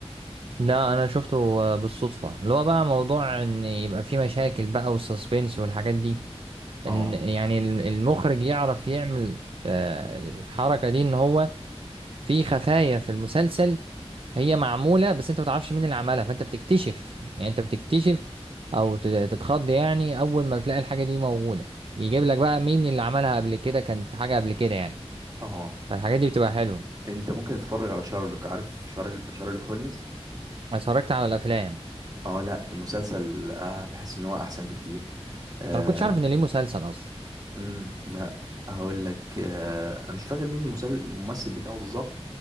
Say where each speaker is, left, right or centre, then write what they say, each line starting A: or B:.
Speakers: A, on the right (about 55°); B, on the right (about 35°).
A: لا انا شفته آه، بالصدفه اللي هو بقى موضوع ان يبقى في مشاكل بقى والسسبنس والحاجات دي
B: اه
A: ان يعني الم- المخرج يعرف يعمل آه، الحركه دي ان هو في خفايا في المسلسل هي معموله بس انت ما تعرفش مين اللي عملها فانت بتكتشف يعني انت بتكتشف او تت- تتخض يعني اول ما بتلاقي الحاجه دي موجوده يجيب لك بقى مين اللي عملها قبل كده كان في حاجه قبل كده يعني
B: اه
A: فالحاجات دي بتبقى حلوه
B: انت ممكن تتفرج على شارلوك عارف شارل... شارلوك هولمز
A: أنا اتفرجت على الافلام
B: اه لا المسلسل آه بحس ان هو احسن بكتير آه
A: انا ما كنتش عارف ان ليه مسلسل اصلا
B: امم لا هقول لك آه مش فاكر مين المسل... الممثل بتاعه بالظبط